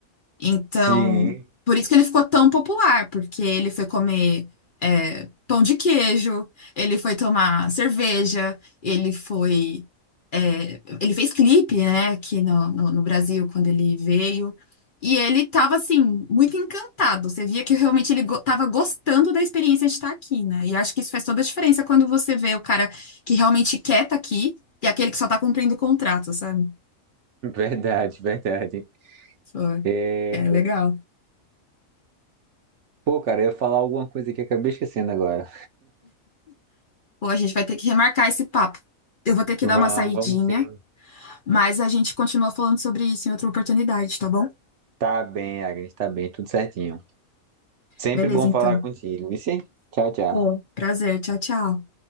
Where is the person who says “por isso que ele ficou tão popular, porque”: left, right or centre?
Left